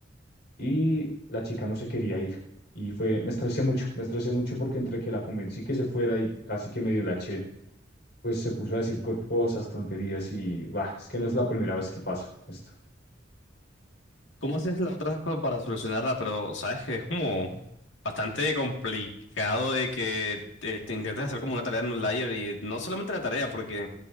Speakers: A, on the left; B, on the left.
A: Y la chica no se quería ir. Y fue, me estresé mucho, me estresé mucho porque entre que la convencí que se fuera y casi que medio la eché, pues se puso a decir co- cosas, tonterías y, bah, es que no es la primera vez que pasa esto.
B: ¿Cómo haces la otra pa- para solucionarla? Pero sabes que es como bastante complicado de que eh, te, intentes hacer como una tarea en un layer y no solamente la tarea, porque